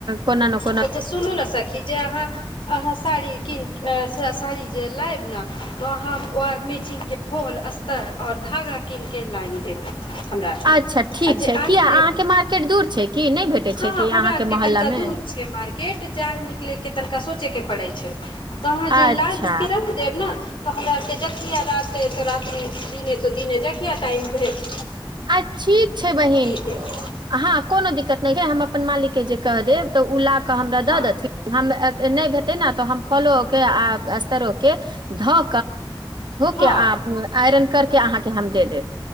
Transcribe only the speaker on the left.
तऽ सुनू न सखि जे अहाँ अहा साड़ी कीन जे लायब ने तऽ अहाँ ओर मैचिगं के फल अस्तर ओर धागा कीनिके लइि देब हमरा आरके
आ जे
आने
दे
हँ
हँ
हमरा आरके
तनिका
दूर छै मार्केट मार्केट जाए निकले के तनिका सोचे के पड़े छै तऽ अहाँ
जे लाय के रख देब ने तऽ हमरा आरके जखआ राते तऽ रात्रि दिने तऽ दिने जखआ टाइम भेल
देब
हँ
हँ